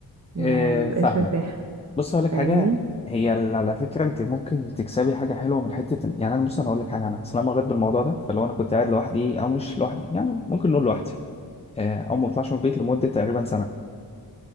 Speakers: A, on the right; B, on the left.
A: ما
B: اه،
A: ببقاش
B: فاهمك
A: مرتاحة
B: بص هقول لك
A: فاهمني
B: حاجه هي ال- على فكره انت ممكن تكسبي حاجه حلوه من حته إن- يعني انا بص انا هقول لك حاجه انا اصل انا مريت بالموضوع ده فلو انا كنت قاعد لوحدي او مش لوحدي يعني ممكن نقول لوحدي آه، او ما بطلعش من البيت لمده تقريبا سنه